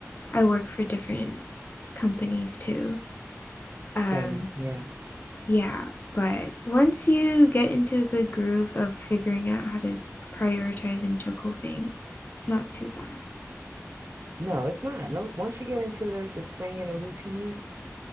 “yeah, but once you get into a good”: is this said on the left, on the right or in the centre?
Left